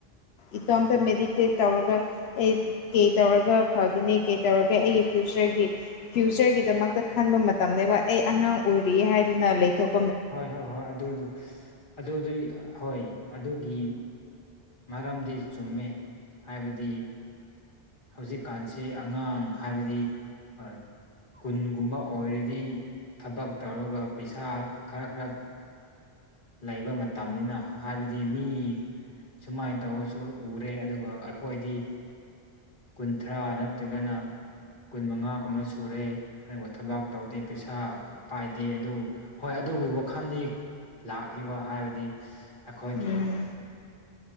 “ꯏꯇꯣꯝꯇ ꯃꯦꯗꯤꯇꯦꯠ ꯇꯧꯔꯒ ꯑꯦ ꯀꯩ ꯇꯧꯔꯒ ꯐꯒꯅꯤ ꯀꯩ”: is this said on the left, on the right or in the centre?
Left